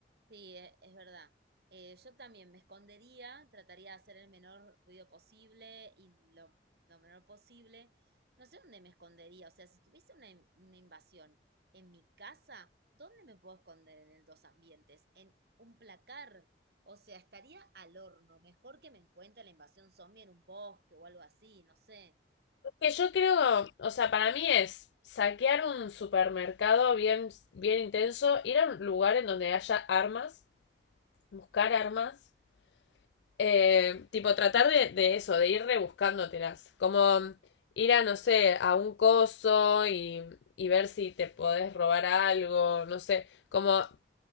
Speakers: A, on the right; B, on the left.
A: sí, e- es verdad. Eh, yo también me escondería, trataría de hacer el menor ruido posible y lo, lo menor posible. No sé dónde me escondería, o sea, si tuviese una, in- una invasión en mi casa, ¿dónde me puedo esconder en el dos ambientes? En un placar, o sea, estaría al horno. Mejor que me encuentre la invasión zombie en un bosque o algo así, no sé.
B: Que yo creo, o sea, para mí es saquear un supermercado bien, bien intenso, ir a un lugar en donde haya armas, buscar armas. Eh, tipo, tratar de, de eso, de ir rebuscándotelas. Como ir a, no sé, a un coso y, y ver si te podés robar algo, no sé. Como